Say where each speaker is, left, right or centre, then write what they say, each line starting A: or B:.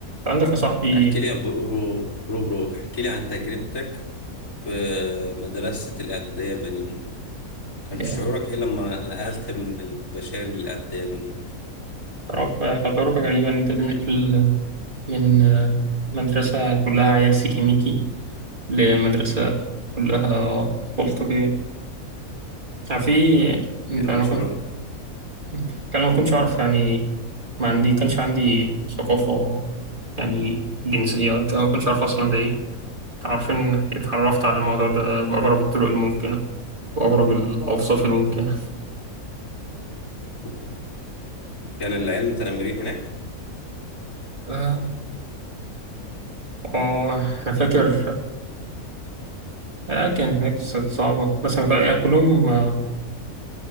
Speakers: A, on the right; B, on the left.
A: عندك يا صاحبي
B: احكي لي يا برو برو برو احكي لي عن تجربتك في مدرسة الإعدادية بنين كان
A: آه،
B: شعورك إيه لما نقلت من البشال للإعدادية بنين
A: تعرف كتجربة غريبة إن أنت تنقل من آه، مدرسة كلها عيال سيكيميكي لمدرسة كلها أطفال طبيعية يعني في أنت-
B: كان
A: أنا
B: إيه شعورك
A: كنت يعني أنا ما كنتش أعرف يعني ما عندي كانش عندي ثقافة يعني جنسية وقتها، ما كنتش أعرف أصلا ده إيه عارفين اتعرفت على الموضوع ده بأغرب الطرق الممكنة وأغرب الأوصاف الممكنة
B: <laughs> كان العيال متنمرين هناك
A: آه آه، أنا فاكر آه، كانت هناك ست صعبة بس أنا- كان- يعني كلهم آه،